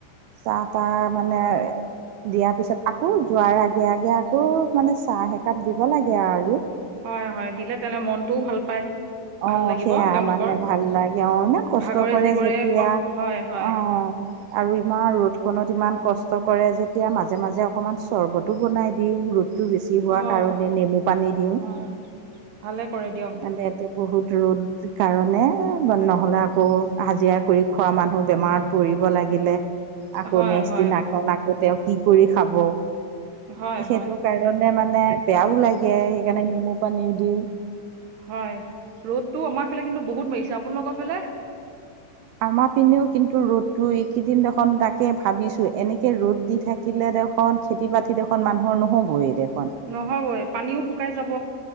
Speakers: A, on the right (about 85°); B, on the right (about 65°).
A: চাহ-তাহ মানে দিয়াৰ পিছত আকৌ যোৱাৰ আগে আগে আকৌ মানে চাহ একাপ দিব লাগে আৰু।
B: হয়, হয় দিলে তেনে মনটোও ভাল পায়।
A: অহ
B: ভাল লাগিব
A: সেয়া।
B: তেওঁলোকৰ
A: মানে ভাল লাগে অ ইমান কষ্ট
B: ভাগৰে
A: কৰে
B: জিগৰে
A: যেতিয়া।
B: কম হয় হয়
A: অ আৰু ইমান ৰ'দ খনত ইমান কষ্ট কৰে যেতিয়া মাজে মাজে অকমান চৰ্বতো বনাই দিওঁ। ৰ টো বেছি হোৱা
B: হয়
A: কাৰণে নেমু পানী দিওঁ।
B: হয় ভালে কৰে দিয়ক
A: মানে বহুত ৰ'দ কাৰণে নহ'লে আকৌ হাজিৰা কৰি খোৱা মানুহ বেমাৰত পৰি লাগিলে আকৌ
B: হয়
A: নেক্স
B: হয়
A: দিন আক আকৌ তেওঁ কি কৰি খাব?
B: হয়
A: সেইটো
B: হয়
A: কাৰণে মানে বেয়াও লাগে। সেইকাৰণে নেমু পানীও দিও।
B: হয়, ৰ'দটো আমাৰ ফালে কিন্তু বহুত মাৰিছে। আপোনালোকৰ ফালে?
A: আমাৰ পিনেও কিন্তু ৰ'দতো এইকেইদিন দেখোন তাকে ভাবিছো। এনেকে ৰ'দ দি থাকিলে খন খেতি বাতিত এখন মানুৰ নহ'বই দে।
B: নহবয়ে, পানীও শুকাই যাব।